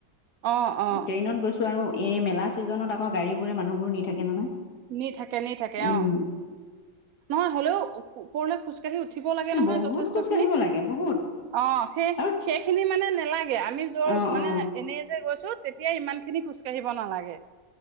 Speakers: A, on the right (about 70°); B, on the left (about 80°).
A: অ অ
B: ট্ৰেইনত গৈছো আৰু এই মেলা ছিজনত আকৌ গাড়ীবোৰে মানুহবোৰ নি থাকে নহয়।
A: নি থাকে নি থাকে
B: উম
A: অঁ, নহয় হলেও উপৰলে খোজ উঠিব লাগে নহয়
B: বহুত
A: যথেষ্ট
B: খোজ
A: খিনি,
B: কাঢ়িব লাগে বহুত
A: অ সেই
B: আৰু
A: সেইখিনি মানে নেলাগে আমি যৰ
B: অ
A: মানে
B: অ
A: এনেই যে গৈছো তেতিয়া ইমান খিনি খোজ কাঢ়িব নালাগে।